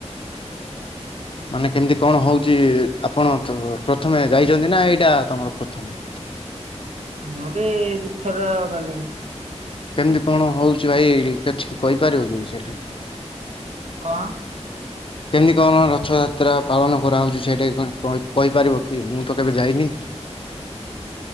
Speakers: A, on the left; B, on the right.
A: ମାନେ କେମିତି କଣ ହଉଚି ଆପଣ ପ୍ରଥମେ ଯାଇଚନ୍ତି ନା ଏଇଟା ତମର ପ୍ରଥମ?
B: ମୁଁ ବି ଦିଇଥର ଗଲିଣି।
A: କେମିତି କଣ ହଉଚିଭାଇ କିଛି କହିପାରିବ କି ସେଇଠି?
B: କଣ?
A: କେମିତି କଣ ରଥଯାତ୍ରା ପାଳନ କରାହଉଚି ସେଇଠି କଣ କହିପାରିବ କି ମୁଁ ତ କେବେ ଯାଇନି?